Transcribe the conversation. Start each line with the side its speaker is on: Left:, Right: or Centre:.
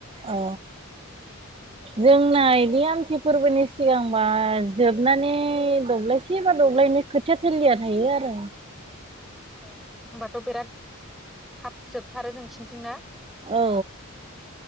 Right: औ जोंना इदिया खाथि फोरबोनि सिगांबा जोबनानै दब्लायसे बा दब्लायनि खोथिया थोलिया थायो आरो
Centre: ए होमबाथ' बिराद थाब जोबथारो नोंसि बिथिं ना
Right: औ